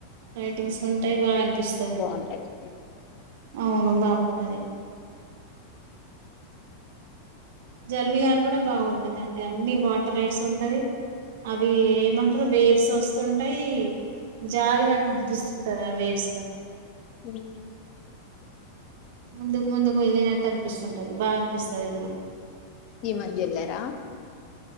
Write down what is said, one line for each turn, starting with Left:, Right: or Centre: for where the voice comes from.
Right: లైటింగ్స్ ఉంటాయి బాగా అనిపిస్తది
Left: బాగుంటది
Right: అవును బాగుంటది జల్విహార్ గుడా బాగుంటండి అన్ని వాటర్ రైట్స్ ఉంటది అవి ఏమం ట్రూ వేవ్స్ వస్తుంటాయి జారినట్టు అనిపిస్తుంటంది ఆ వేవ్స్ లో
Left: ఉమ్
Right: ముందుకు ముందుకు వెళ్ళినట్టు అనిపిస్తుంటది బాగా అనిపిస్తది అది కూడా
Left: ఈ మధ్య ఎల్లారా